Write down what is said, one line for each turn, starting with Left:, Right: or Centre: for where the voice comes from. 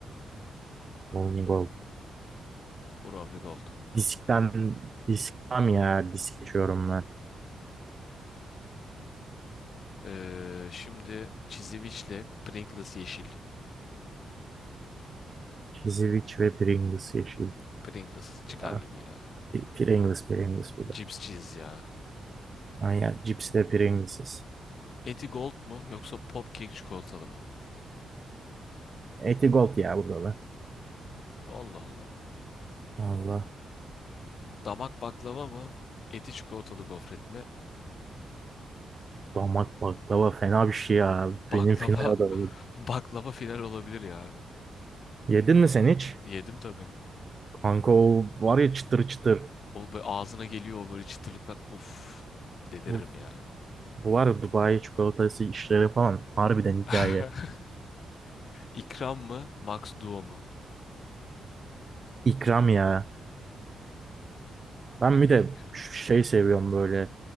Right: Onyegol.
Left: Brownie Gold.
Right: Diskten, diskten ya. Disk geçiyorum ben.
Left: Ee, şimdi Çiziviç'le Pringles yeşil.
Right: Cheez-It ve Pringles yeşil.
Left: Pringles çıkar
Right: Ah,
Left: gibi ya.
Right: P- Pringles, Pringles bu
Left: Cips
Right: da.
Left: cheese ya.
Right: Aynen, cips de Pringles'iz.
Left: Eti Gold mu yoksa Popkek çikolatalı mı?
Right: Etigold ya bu da.
Left: Allah Allah.
Right: Allah.
Left: Damak baklava mı? Eti çikolatalı gofret mi?
Right: Damak baklava fena bir şey ya.
Left: Baklava
Right: Benim final
Left: <laughs>
Right: adayım.
Left: baklava final olabilir ya.
Right: Yedin mi sen hiç?
Left: Yedim tabii.
Right: Kanka o var ya çıtır çıtır.
Left: O böyle ağzına geliyor o böyle çıtırlıklar. Uf deliririm
Right: Bu,
Left: ya.
Right: bu var ya Dubai çikolatası işleri falan. Harbiden hikaye.
Left: <laughs> İkram mı? Max Duo mu?
Right: İkram ya. Ben
Left: İkram.
Right: bir de ş- şey seviyorum böyle.